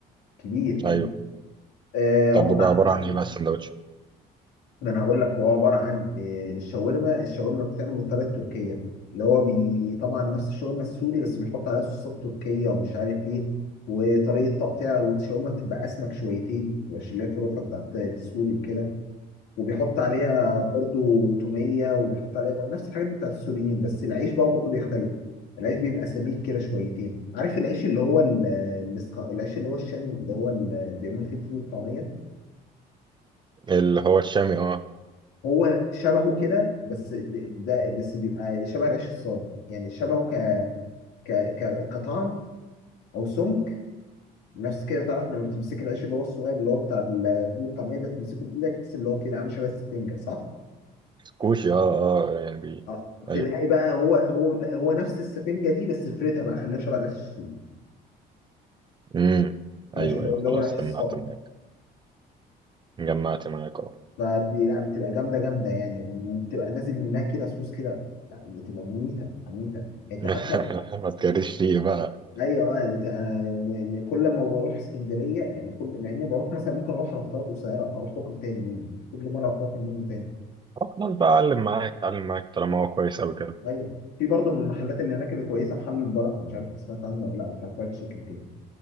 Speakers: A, on the left (about 80°); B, on the right (about 25°).
A: كبير كبير
B: ايوه
A: آه عباره
B: طب بقى عبارة
A: عن
B: عن ايه بقى السندوتش
A: ما انا هقول لك هو عباره عن آه، الشاورما الشاورما بتتعمل بالطريقه التركيه اللي هو بي... طبعا نفس الشاورما السوري بس بيحط عليها صوصات تركيه ومش عارف ايه وطريقه تقطيع والشاورما بتبقى اسمك شويتين ما بتبقاش اللي هي في الرفه بتاعت السوري وكده وبيحط عليها برضو توميه وبيحط عليها بقى نفس الحاجات بتاعت السوريين بس العيش بقى برضو بيختلف العيش بيبقى سميك كده شويتين عارف العيش اللي هو ال... الاسك- العيش اللي هو الشامي اللي هو اللي بيعمل فيه الفول والطعميه
B: اللي هو الشامي اه
A: هو شبهه كده بس د- ده بس بيبقى شبه العيش الصاج يعني شبهه ك ك ك كطعم او سمك نفس كده تعرف لما بتمسك العيش اللي هو الصغير اللي هو بتاع الفول الطعميه ده تمسكه بايدك تحس اللي هو كده عامل شبه السفنجه صح؟
B: كوشي اه اه يعني بي
A: اه تلاقي
B: ايوه
A: بقى هو هو هو نفس السفنجه دي بس فردها بقى خليها شبه العيش السوري
B: امم
A: العيش
B: ايوه
A: اللي
B: ايوه
A: هو اللي
B: خلاص
A: هو العيش الصاج
B: جمعت معاك جمعت معاك اه
A: فبي لا بتبقى جامده جامده يعني وبتبقى نازل منها كده صوص كده لا بتبقى مميته مميته يعني انت
B: <laughs>
A: حتى
B: ما تجريش فيه بقى
A: ايوه آه، يعني بتاع- أنا م- م- كل ما بروح اسكندريه يعني كل مع اني بروح مثلا ممكن اروح على فترات قصيره اروح واكل تاني منه كل مره اروح واكل منه تاني
B: آه، خلاص بقى اعلم معاك اعلم معاك طالما هو كويس قوي كده
A: ايوه في برضه من المحلات اللي هناك اللي كويسه محل البركه مش عارف إنت سمعت عنه ولا لا بتاع فرايد تشيكن كده